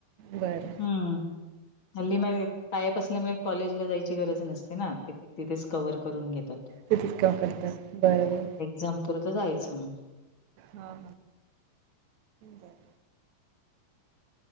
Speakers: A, on the right; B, on the left.
A: बरं
B: हम्म. हल्ली मायवेप पायप असल्यामुळे कॉलेजला जायची गरज नसते ना ते. तिथेच कवर करून घेतात.
A: तिथे काम करता बर, बर.
B: जमपूरत जायचं मग.
A: हा हा बर.